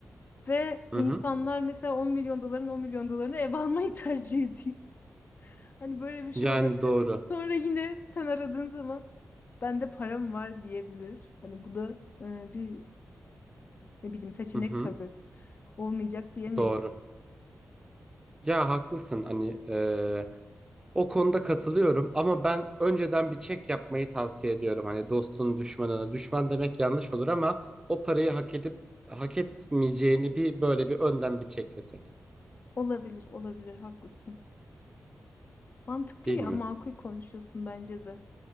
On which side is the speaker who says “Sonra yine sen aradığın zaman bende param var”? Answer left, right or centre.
Left